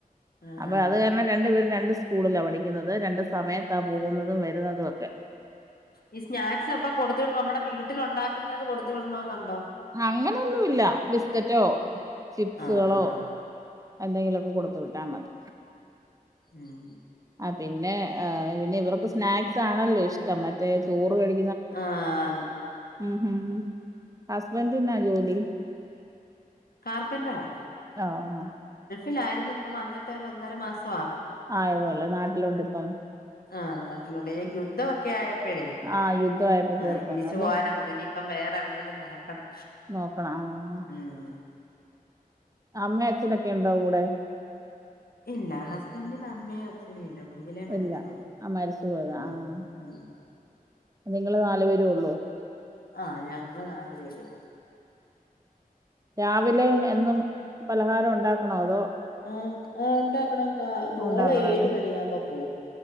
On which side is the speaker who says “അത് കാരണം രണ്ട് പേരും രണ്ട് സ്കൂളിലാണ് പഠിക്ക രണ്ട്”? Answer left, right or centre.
Right